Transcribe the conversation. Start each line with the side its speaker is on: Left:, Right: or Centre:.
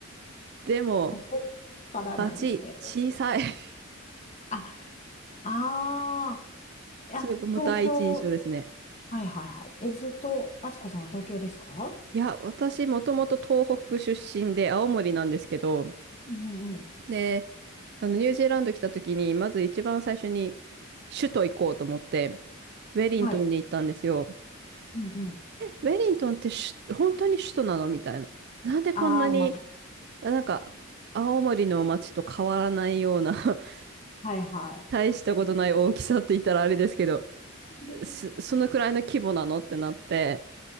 Right: でも、
Left: そこからなんですね。
Right: バチ、小さい <laughs>
Left: あ、ああ、いや、
Right: それがもう第一印象ですね。
Left: 東京、はいはいはい。え、ずっと、あつこさんは東京ですか
Right: いや、私、もともと東北出身で、青森なんですけど、
Left: うんうん
Right: で、あの、ニュージーランド来た時に、まず一番最初に、首都行こうと思って、ウェリントンに行ったんですよ。
Left: はい。うん
Right: ウェリントンってし本当に首都なのみたいな。なんでこんなに、
Left: ああ、まあ、
Right: なんか、青森の街と変わらないような <laughs>
Left: はいは
Right: 大したことない大きさって言ったらあれですけど、
Left: い。
Right: すそのくらいの規模なのってなって、
Left: <laughs>